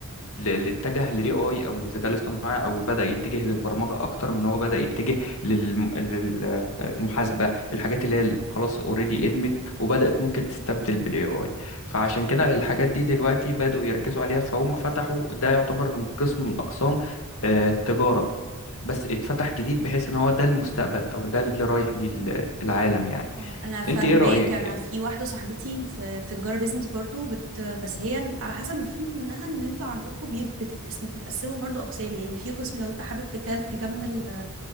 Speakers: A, on the left; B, on the right.
A: اللي اتجه للاي اي او للذكاء الاصطناعي او بدا يتجه للبرمجه اكتر من هو بدا يتجه للم- للمحاسبه الحاجات اللي هي ال- خلاص اوريدي ادمت وبدات ممكن تستبدل بالاي اي فعشان كده الحاجات دي دلوقتي بداوا يركزوا عليها فهم فتحوا ده يعتبر من قسم من اقسام آه، التجاره بس اتفتح جديد بحيث ان هو ده المستقبل او ده اللي رايح للعالم يعني
B: اه انا فاهماك
A: انت ايه رايك
B: انا في واحده صاحبتي في في تجاره بيزنس برضو بت بس هي على حسب ما فهمت منها ان انتوا عندكم بي- بتتقس- بتتقسموا برضو اقسام يعني في قسم لو انت حابب تكل تكمل آه،